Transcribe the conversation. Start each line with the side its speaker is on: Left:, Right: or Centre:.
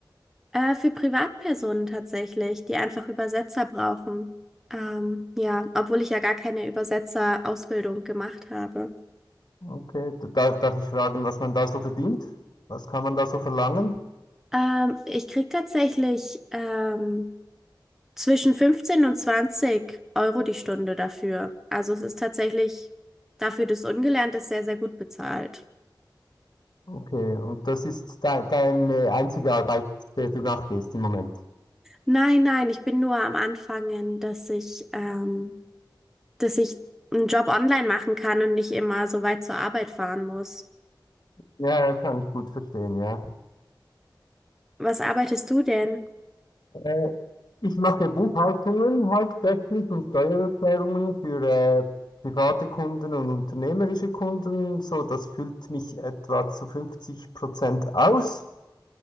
Centre: Äh, für Privatpersonen tatsächlich, die einfach Übersetzer brauchen. Ähm, ja, obwohl ich ja gar keine Übersetzerausbildung gemacht habe.
Left: Okay, d- da, darf ich fragen, was man da so verdient? Was kann man da so verlangen?
Centre: Ähm, ich krieg tatsächlich ähm, zwischen 15 und 20 Euro die Stunde dafür. Also es ist tatsächlich dafür, dass ungelernt ist, sehr, sehr gut bezahlt.
Left: Okay, und das ist de deine einzige Arbeit, der du nachgehst im Moment.
Centre: Nein, nein, ich bin nur am Anfangen, dass ich, ähm, dass ich einen Job online machen kann und nicht immer so weit zur Arbeit fahren muss.
Left: Ja, kann ich gut verstehen, ja.
Centre: Was arbeitest du denn?
Left: Äh, Ich mache Buchhaltungen hauptsächlich und Steuererklärungen für äh, private Kunden und unternehmerische Kunden. So, das füllt mich etwa zu 50 Prozent aus.